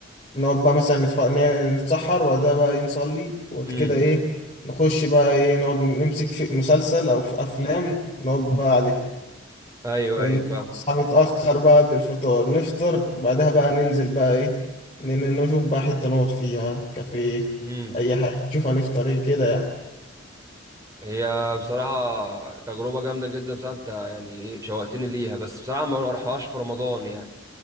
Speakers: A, on the left (about 30°); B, on the right (about 15°).
A: نقعد بقى مثلا نتف... ن- نتسحر وبعدها بقى ايه نصلي وبعد
B: امم
A: كده ايه نخش بقى ايه نقعد نمسك في مسلسل او في افلام نقعد بقى عليه
B: ايوه
A: ونصحى
B: ايوه فاهم
A: متأخر بقى قبل الفطار نفطر بعدها بقى ننزل بقى ايه ن- ن- نشوف بقى حتة نقعد فيها كافيه
B: امم
A: أي حاجة نشوف هنفطر ايه كده يعني
B: هي بصراحه تجربه جامده جدا بصراحه انت يعني ايه شوقتني ليها بس بصراحه ما اروحهاش في رمضان يعني